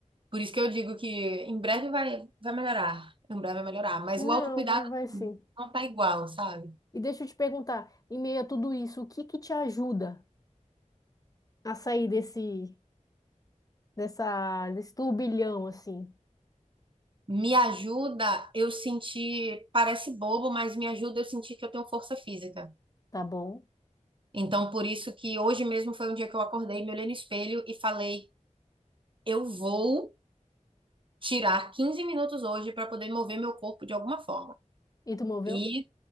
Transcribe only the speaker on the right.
Por isso que eu digo que em breve vai, vai melhorar. Em breve vai melhorar. Mas
o autocuidado
não tá igual, sabe?
Me ajuda eu sentir, parece bobo, mas me ajuda eu sentir que eu tenho força física.
Então, por isso que hoje mesmo foi um dia que eu acordei, me olhei no espelho e falei: eu vou tirar 15 minutos hoje para poder mover meu corpo de alguma forma.
E